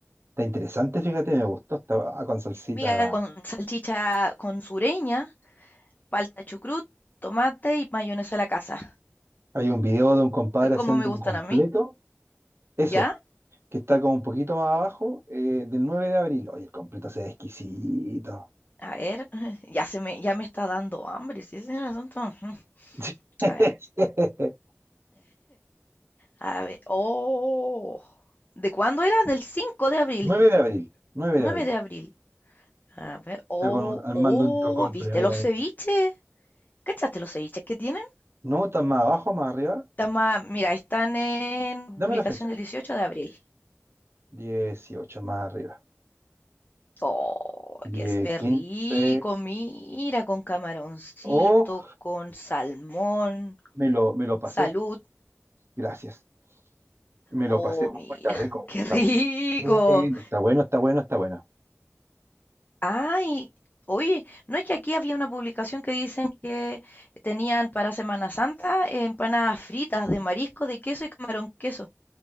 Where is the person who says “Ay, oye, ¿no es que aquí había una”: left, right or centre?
Left